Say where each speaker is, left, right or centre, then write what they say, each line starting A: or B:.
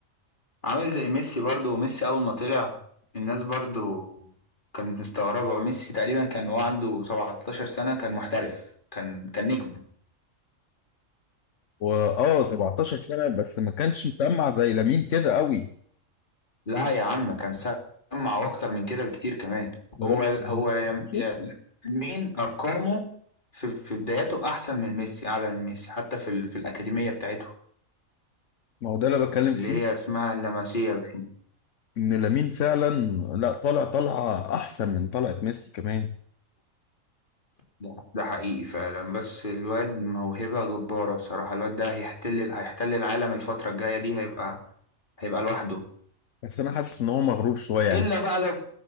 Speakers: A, on the left; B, on the left.
A: عامل زي ميسي برضو ميسي اول ما طلع الناس برضو كانت مستغربة ميسي تقريبا كان هو عنده 17 سنة كان محترف كان كان نجم
B: واه 17 سنه بس ما كانش مسمع زي لامين كده قوي
A: لا يا عم كان سمع واكتر من كده بكتير كمان
B: لدرجه
A: هو
B: إن
A: هو
B: هو
A: يم-
B: 18.
A: يم- مين ارقامه في في بداياته احسن من ميسي اعلى من ميسي حتى في ال- في الاكاديميه بتاعته
B: ما هو ده اللي بتكلم
A: اللي
B: فيه
A: هي اسمها اللمسيه باين.
B: ان لامين فعلا لا طالع طالعه احسن من طلعه ميسي كمان
A: ده ده حقيقي فعلا بس الواد موهبه جباره بصراحه الواد ده هيحتل هيحتل العالم الفتره الجايه دي هيبقى هيبقى لوحده
B: بس انا حاسس ان هو مغرور شويه يعني
A: الا بقى لو